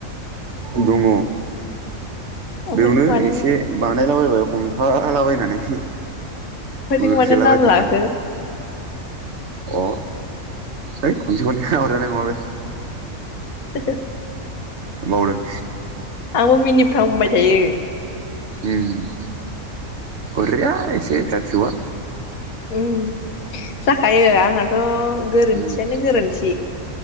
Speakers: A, on the right; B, on the left.
A: दङ।
B: ओमफ्राय
A: बेवनो
B: नों मानो
A: एसे बानायलाबायबाय। हमथालाबायनानै।
B: ओमफ्राय
A: बोखेलाबायथारबाय
B: नों मानो नाम लाखो।
A: अ है खनसे खनैखो अरजानाय नङा बे
B: <inaudible>
A: बावदों।
B: आंबो मिनिफ्लांबाय थायो।
A: उम अरजाया एसे फिसा फिसौआ।
B: उम जाखायो आंनाथ' गोरोन्थियानो
A: उम
B: गोरोन्थि